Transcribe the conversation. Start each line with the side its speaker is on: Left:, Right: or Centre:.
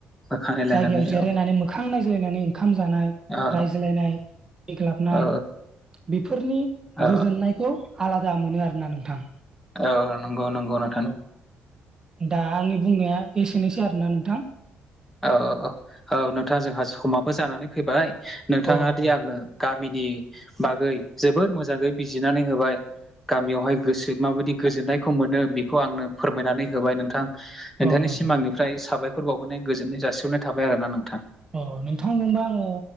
Centre: बोखांनाय लानानै
Right: जायगायाव जिरायनानै
Centre: औ
Right: मोखां नायज्लायनानै ओंखाम जानाय
Centre: औ
Right: रायज्लायनाय <unintelligible> ग्लाबनाय
Centre: औ
Right: बेफोरनि
Centre: औ
Right: गोजोननायखौ आलादा मोनो आरोना नोंथां
Centre: औ नंगौ नंगौ नो
Right: अ दा आंनि बुंनाया एसेनोसै आरोना नोंथां
Centre: औ औ नोंथां जोंहा समाबो जानानै फैबाय नोंथाङा
Right: औ नोंथां
Centre: दि आंनो गामिनि बागै जोबोर मोजाङै बिजिनानै होबाय गामियावहाय गोसो माबायदि गोजोन्नायखौ मोनो बेखौ आंनो फोरमायनानै होबाय नोंथां नोंथांनिसिम
Right: औ नोंथां
Centre: आंनिफ्राय साबायखर बावहरनाय गोजोननाय जासिहरनाय थाबाय आरो ना नोंथां
Right: अ नोंथां जोंबा आङो